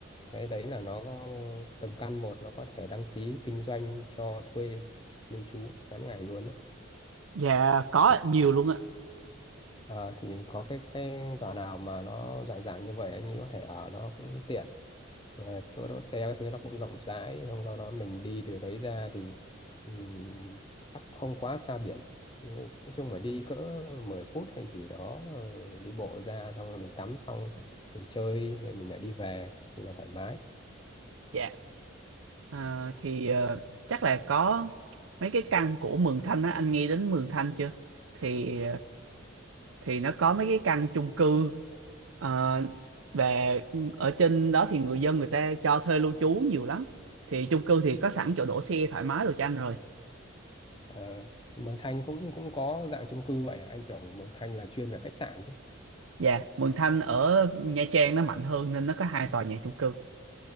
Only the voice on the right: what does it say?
dạ có
ạ, nhiều luôn ạ
Dạ. À, thì ờ, chắc là có mấy cái căn của Mường Thanh á anh nghe đến Mường Thanh chưa thì thì nó có mấy cái căn chung cư ờ, về ở trên đó thì người dân người ta cho thuê lưu trú nhiều lắm thì chung cư thì có sẵn chỗ đỗ xe thoải mái đồ cho anh rồi
dạ Mường Thanh ở Nha Trang nó mạnh hơn nên nó có hai tòa nhà chung cư